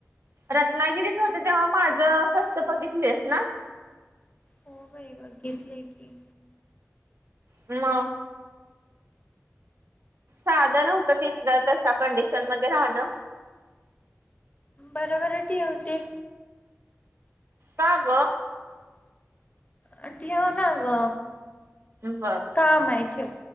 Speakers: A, on the right; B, on the left.
A: रत्नागिरीत होते तेव्हा माझं कस्ट बघितलेस ना.
B: हो बाई बघितले की.
A: म साधंनव्हतं तिथलं तशा कंडिशन मध्ये राहणं.
B: बरोबर ठेव होते.
A: का ग.
B: आणि ठेव ना ग.
A: बरं.
B: हा माय ठेव.